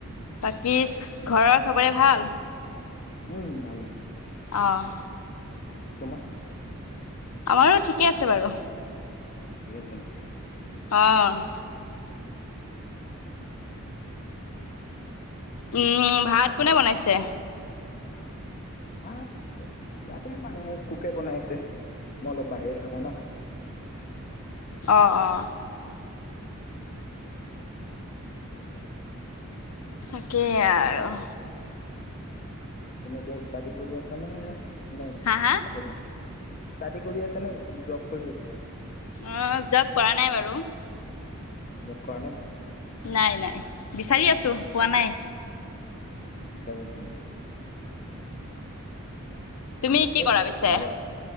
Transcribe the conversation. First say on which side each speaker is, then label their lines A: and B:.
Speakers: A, on the left; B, on the left.
A: বাকী ঘৰৰ চবৰে ভাল।
B: উম ভালে।
A: অ',।
B: তোমাৰ
A: আমাৰো ঠিকে আছে বাৰু।
B: ঠিক আছে নেকি
A: অ',। উম ভাত
B: আৰু
A: কোনে
B: কোৱা।
A: বনাইছে?
B: <unintelligible> ইয়াতে মানে কোকে বনাইছে মই অলপ বাহিৰত থাকো না। <unintelligible>
A: অ', অ'।
B: অ'।
A: তাকে আৰু
B: তুমি এতিয়া ষ্টাডি কৰি আছানে ন নে
A: হা হা
B: হেৰি ষ্টাডি কৰি আছে নে জব কৰি আছে।
A: অ', জব কৰা নাই বাৰু।
B: দখণে <unintelligible>
A: নাই নাই বিচাৰি আছো পোৱা
B: অ
A: নাই।
B: বিচাৰি আছা নেকি।
A: তুমি
B: নিশ্চয়
A: কি কৰা পিছে?
B: পাবা।